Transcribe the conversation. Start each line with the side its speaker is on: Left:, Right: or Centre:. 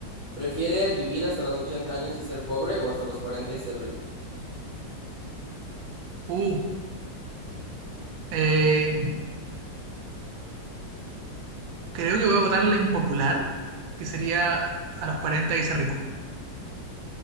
Left: ¿Prefieres vivir hasta los 80 años y ser pobre o hasta los 40 y ser rico?
Right: Uh, eh, creo que voy a votar la impopular, que sería a los 40 y ser rico.